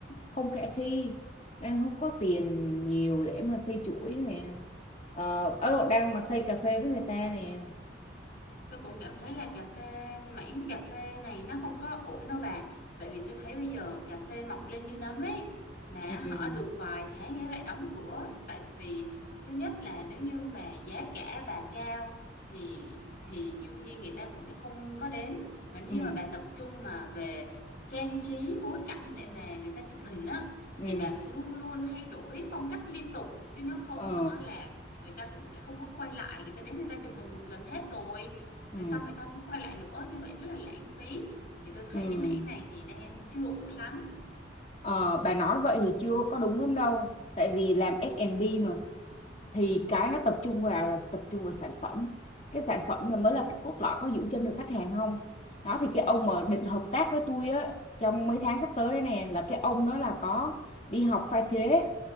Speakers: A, on the left (about 35°); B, on the left (about 55°).
A: không khả thi đang không có tiền nhiều để mà xây chuỗi này Ờ, Ấn Độ
B: Cũng
A: đang mà xây cà phê với người ta nè
B: Tôi cũng cảm thấy là cà phê, mảng cà phê này nó không có ổn đâu bà. Tại vì tôi thấy bây giờ cà phê mọc lên như nấm ấy. Mà
A: ừ
B: họ được vài tháng ấy lại đóng cửa. Tại vì thứ nhất là nếu như mà giá cả bà cao thì thì nhiều khi người ta cũng sẽ không có đến. Mà nếu
A: ừ
B: như mà bà tập trung mà về trang trí bối cảnh để mà người ta chụp hình á
A: ừ
B: thì bà phải luôn luôn thay đổi phong cách liên tục. Chứ nếu không
A: ờ
B: họ là người ta cũng sẽ không có quay lại người ta đến người ta chụp hình một lần hết rồi rồi
A: ừ
B: xong người ta không có quay lại nữa như vậy rất là lãng phí thì tôi thấy
A: ừ
B: cái mảng này thì đang chưa ổn lắm
A: Ờ, bà nói vậy thì chưa có đúng lắm đâu tại vì làm F&B thì cái nó tập trung vào là tập trung vào sản phẩm cái sản phẩm là mới là cái cốt lõi có giữ chân được khách hàng không đó thì cái ông mà định hợp tác với tôi á trong mấy tháng sắp tới đây nè là cái ông đó là có đi học pha chế